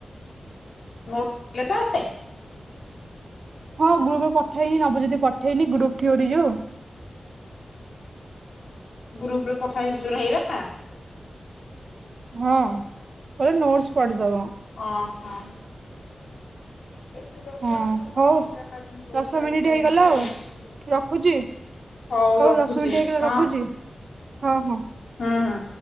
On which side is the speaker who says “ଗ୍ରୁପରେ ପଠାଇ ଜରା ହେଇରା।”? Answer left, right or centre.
Left